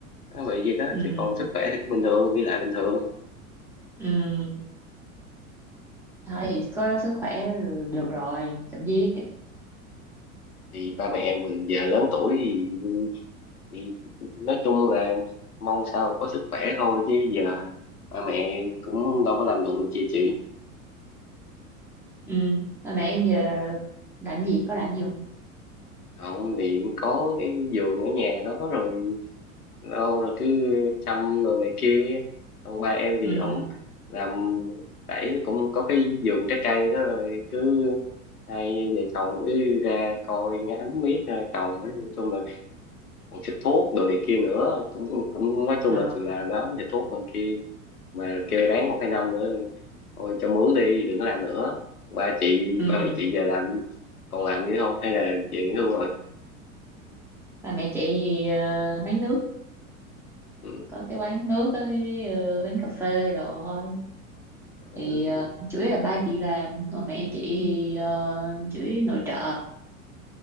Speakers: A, on the left; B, in the centre.
A: nó bị gì đó
B: ừ
A: chứ còn sức khỏe thì bình thường đi lại bình thường
B: ừ thôi thì có sức khỏe được rồi chậm vía
A: thì ba mẹ mình giờ lớn tuổi thì, thì nói chung là mong sao có sức khỏe thôi chứ giờ ba mẹ cũng đâu có làm đụng được gì chị
B: ừ ba mẹ em giờ làm gì có làm gì không
A: không thì có cái giường ở nhà đó rồi đâu rồi cứ chăm rồi này kia ông ba em thì
B: ừ
A: ổng làm đẩy cũng có cái vườn trái cây đó rồi cứ hai vợ chồng cứ ra coi ngắm miết ra trồng nói chung là còn xịt thuốc đồ này kia nữa cũng cũng nói chung
B: ờ
A: là chịu làm lắm xịt thuốc còn kia mà kêu ráng một hai năm nữa thôi cho mướn đi đừng có làm nữa ba chị
B: ừ
A: ba mẹ chị giờ làm còn làm nữa không hay là về nghỉ hưu rồi
B: ba mẹ chị ờ, bán nước
A: ừ.
B: có cái quán nước với ờ, bán cà phê đồ thôi
A: ừ,
B: thì ờ, chủ yếu là ba chị làm còn mẹ chị thì ờ, chủ yếu nội trợ